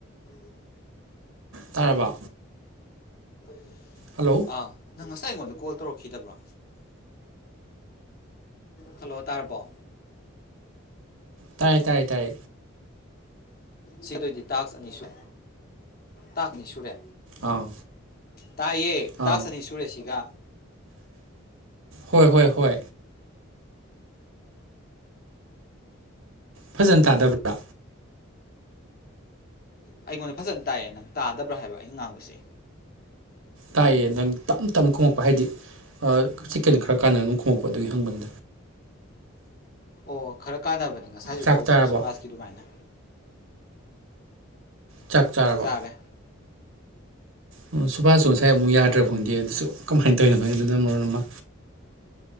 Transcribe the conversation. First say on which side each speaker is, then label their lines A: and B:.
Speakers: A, on the left (about 45°); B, on the right (about 80°).
A: ꯎ
B: ꯇꯥꯔꯕ
A: <inaudible>
B: ꯍꯜꯂꯣ
A: ꯑꯥ ꯅꯪ ꯇꯥꯏꯉꯣꯟ ꯀꯣꯜ ꯇꯧꯔꯛꯈꯤꯗꯕ꯭ꯔꯥ ꯍꯜꯂꯣ ꯇꯥꯔꯕꯣ
B: ꯇꯥꯏ ꯇꯥꯏ ꯇꯥꯏ
A: ꯁꯤꯗꯣꯏꯗꯤ ꯇꯥꯛꯁ ꯑꯅꯤ ꯁ ꯇꯥꯛꯅꯤ ꯁꯨꯔꯦ
B: ꯑꯥ
A: ꯇꯥꯏꯌꯦ
B: ꯑꯥ
A: ꯇꯥꯁꯅꯤ ꯁꯨꯔꯨꯔꯦꯁꯤꯒ
B: ꯍꯣꯏ ꯍꯣꯏ ꯍꯣꯏ ꯐꯖꯅ ꯊꯥꯗꯕ꯭ꯔꯥ
A: ꯑꯩꯉꯣꯟꯗ ꯐꯖꯅ ꯇꯥꯛꯌꯦ ꯅꯪ ꯇꯥꯗꯕ꯭ꯔꯥ ꯍꯥꯏꯕ ꯑꯩꯅ ꯉꯥꯡꯕꯁꯦ
B: ꯇꯥꯏꯑꯦ ꯅꯪ ꯇꯞ ꯇꯞ ꯈꯨꯝꯃꯛꯄ ꯍꯥꯏꯗꯤ ꯆꯤꯛꯀꯟ ꯈꯔ ꯀꯥꯟꯅ ꯑꯗꯨꯝ ꯈꫭꯡꯉꯛꯄꯥ ꯑꯗꯨꯒꯤ ꯍꯪꯕꯅꯤꯗ
A: ꯑꯣ ꯈꯔ ꯀꯥꯟꯅꯕꯅꯦ ꯉꯁꯥꯏꯖꯨ
B: ꯆꯥꯛ
A: ꯇꯧꯕꯅꯦ
B: ꯆꯥꯔꯕꯣ
A: ꯁꯨꯕꯥꯁꯀꯤ ꯑꯗꯨꯃꯥꯏꯅ
B: ꯆꯥꯛ ꯆꯥꯔꯕ
A: ꯆꯥꯔꯦ
B: ꯑꯣ ꯁꯨꯕꯥꯁꯁꯨ ꯉꯁꯥꯏ ꯑꯃꯨꯛ ꯌꯥꯗ꯭ꯔ ꯐꯪꯗꯦ ꯑꯗꯨꯁꯨ ꯀꯃꯥꯏꯅ ꯇꯥꯎꯏꯅꫭ ꯈꯪꯗꯦ ꯑꯗꯨꯅ ꯃꯔꯣꯟ ꯑꯃ